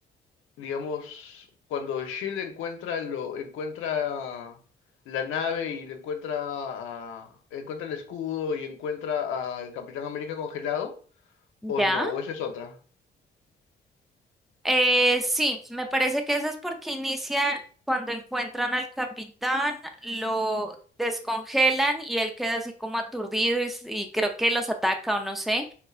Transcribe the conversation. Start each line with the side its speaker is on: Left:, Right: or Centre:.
Left: digamos, cuando Shield encuentra lo, encuentra la nave y le encuentra a- encuentra el escudo y encuentra al Capitán América congelado.
Centre: ¿Ya?
Left: O no, o esa es otra.
Centre: Eh, sí, me parece que eso es porque inicia cuando encuentran al capitán, lo descongelan y él queda así como aturdido y, s- y creo que los ataca o no sé,